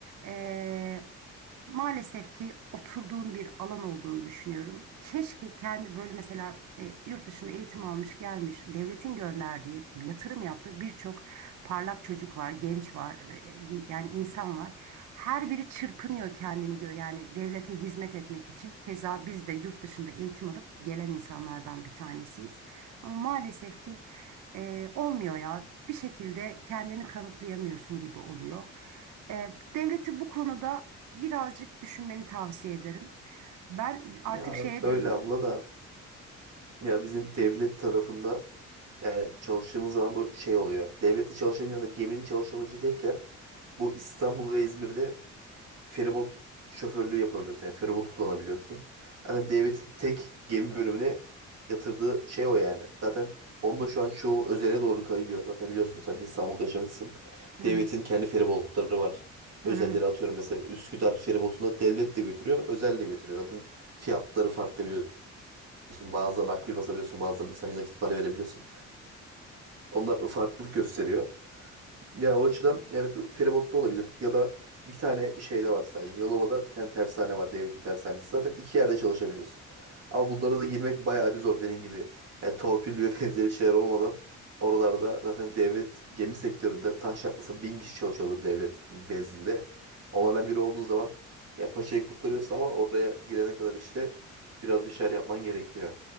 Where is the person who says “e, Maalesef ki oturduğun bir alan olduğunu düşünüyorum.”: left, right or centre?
Right